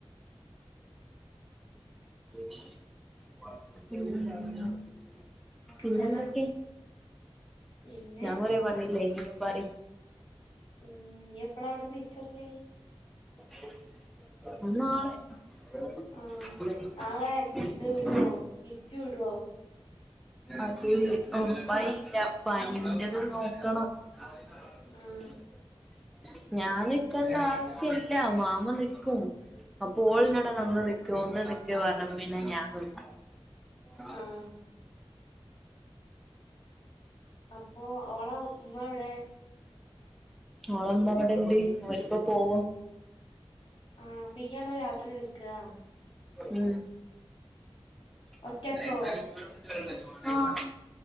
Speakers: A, in the centre; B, on the left.
A: <unintelligible> പിന്നെ
B: പറ
A: എന്തൊക്കെ
B: പിന്നെ
A: ഞാൻ കൊറേ പറഞ്ഞില്ലേ ഇയും പറി
B: ഉം ഇഞ്ഞി എപ്പളാ അവിടുന്ന് തിരിച്ചെരൽ
A: ഇനി നാളെ <unintelligible>
B: ആഹ് നാളെ ഇത് വിടോ ഇച്ചു വിടോ
A: അത് ഒറപ്പായില്ല പനിന്റെത് നോക്കണം <unintelligible>
B: ആഹ്
A: ഞാൻ നിക്കണ്ട ആവശ്യല്ല മാമ നിക്കും അപ്പൊ ഓളിന്നോടറിഞ്ഞ് ഒന്ന് നിക്ക് ഒന്ന് നിക്ക് പറഞ്ഞപ്പൊ പിന്നെ ഞാൻ നി <unintelligible> <unintelligible>
B: ആഹ് അപ്പൊ ഓളെ ഉമ്മ എവിടെ
A: ഓളെ ഇമ്മ ഇബടെ ഇണ്ട് ഓരിപ്പോ പോവും
B: ആണോ അപ്പൊ ഈയെടാ രാത്രി നിക്കാ
A: ഉം <unintelligible>
B: ഒറ്റക്കോ
A: ആഹ്